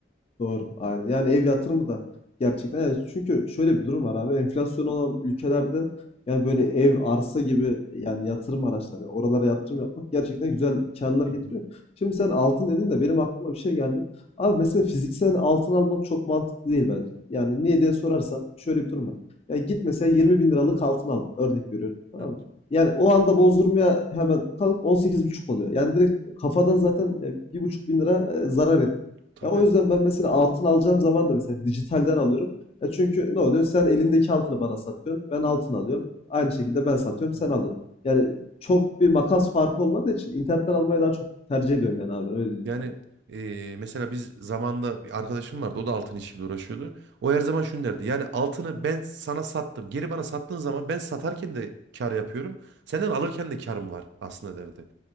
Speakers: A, on the left (about 30°); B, on the right (about 60°).
A: Doğru, aynen. Yani ev yatırımı da gerçekten yani çünkü şöyle bir durum var abi enflasyon olan ülkelerde yani böyle ev, arsa gibi yani yatırım araçları oralara yatırım yapmak gerçekten güzel karlar
B: Hı
A: getiriyor.
B: hı.
A: Şimdi sen altın dedin de benim aklıma bir şey geldi. Abi mesela fiziksel altın almak çok mantıklı değil bence. Yani niye diye sorarsan şöyle bir durum var. Ya git mesela 20 bin liralık altın al örnek veriyorum tamam
B: Evet,
A: mı? Yani o anda bozdurmaya hemen kalk on sekiz buçuk oluyor. Yani direkt kafadan zaten e, bir buçuk bin lira e, zarar etti.
B: tabii.
A: Ya o yüzden ben mesela altın alacağım zaman da mesela dijitalden alıyorum. Ya çünkü ne oluyor? Sen elindeki altını bana satıyorsun. Ben altın alıyorum. Aynı şekilde ben satıyorum,
B: Hı.
A: sen
B: hı.
A: alıyorsun. Yani çok bir makas farkı olmadığı için internetten almayı daha çok tercih ediyorum yani abi ben öyle diyeyim
B: Yani
A: sana.
B: e, mesela biz zamanda bir arkadaşım vardı. O da altın işiyle uğraşıyordu. O her zaman şunu derdi. Yani altını ben sana sattım. Geri bana sattığın zaman ben satarken de kar yapıyorum. Senden alırken de karım var aslında derdi.